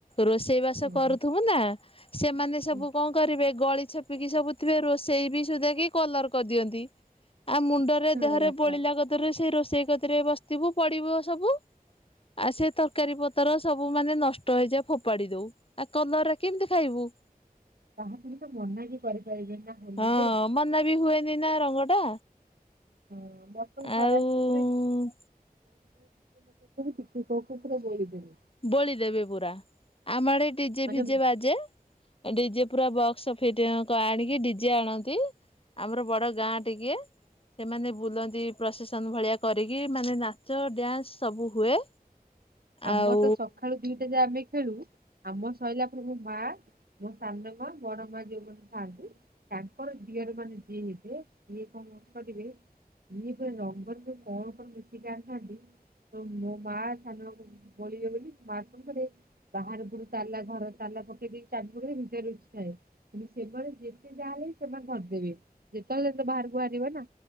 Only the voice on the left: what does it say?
ରୋଷେଇ ବାସ
କରୁଥିବୁ ନା। ସେମାନେ ସବୁ
କଣ କରିବେ ଗଳି ଛପିକି ସବୁ ଥିବେ ରୋଷେଇ ବି ସୁଧା କି କଲର କରିଦିଅନ୍ତି। ଆଉ ମୁଣ୍ଡରେ ଦେହରେ
ବୋଳିଲା କତିରୁ ସେଇ ରୋଷେଇ କତିରେ ବସିଥିବୁ ପଡିବ ସବୁ। ଆଉ ସେ ତରକାରୀ ପତର ସବୁ ମାନେ ନଷ୍ଟ ହେଇଯାଏ ଫୋପାଡି ଦଉ ଆଉ କଲର ରେ କେମିତି ଖାଇବୁ।
ହଁ ମନା ବି ହୁଏନି ନା ରଙ୍ଗ ଟା।
ଆଉ
ବୋଳି ଦେବେ ପୁରା ଆମ ଆଡେ ଡିଜେ
ଫିଜେ ବାଜେ। ଡିଜେ ପୁରା ବକ୍ସ ଫିଟି ଆଣିକି ଡିଜେ ଆଣନ୍ତି। ଆମର ବଡ ଗାଁ ଟିକେ। ସେମାନେ ବୁଲନ୍ତି ପ୍ରସେସନ ଭଳିଆ କରିକି ମାନେ ନାଚ ଡ୍ୟାନ୍ସ ସବୁ ହୁଏ।
ଆଉ